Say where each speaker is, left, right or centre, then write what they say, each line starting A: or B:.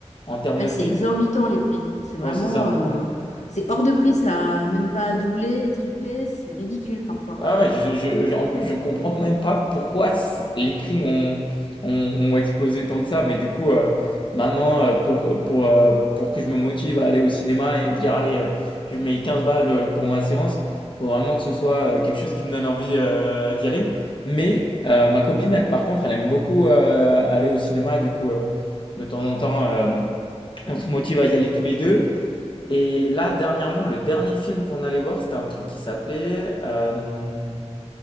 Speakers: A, on the left (about 45°); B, on the left (about 80°).
A: en termes
B: Ah,
A: de
B: c'est
A: prix.
B: exorbitant les prix. C'est vraiment...
A: Ouais, c'est ça.
B: euh, c'est hors de prix, ça. Même pas doublé, triplé. C'est ridicule parfois.
A: Ouais, ouais, je- je- je- en plus, je comprends même pas pourquoi c- les prix ont, ont, ont explosé tant que ça. Mais du coup, euh, maintenant, euh, pour, pour, euh, pour que je me motive à aller au cinéma et me dire, allez, euh, je mets 15 balles euh, pour ma séance, faut vraiment que ce soit euh, quelque chose qui me donne envie euh, d'y aller. Mais euh, ma copine, elle, par contre, elle aime beaucoup euh, aller au cinéma. Du coup, euh, de temps en temps, euh, on se motive à y aller tous les deux. Et là, dernièrement, le dernier film qu'on allait voir, c'était un truc qui s'appelait euh,